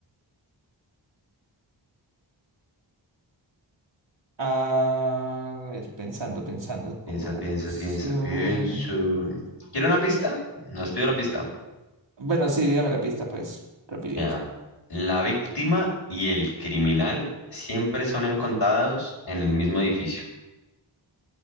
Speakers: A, on the right; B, on the left.
A: Ah, A ver, pensando, pensando,
B: Piensa,
A: como acción.
B: piensa, piensa, piensa. ¿Quiere una pista? No has pedido la pista.
A: Bueno, sí, dígame la pista, pues, rapidito.
B: Mira, la víctima y el criminal siempre son encontrados en el mismo edificio.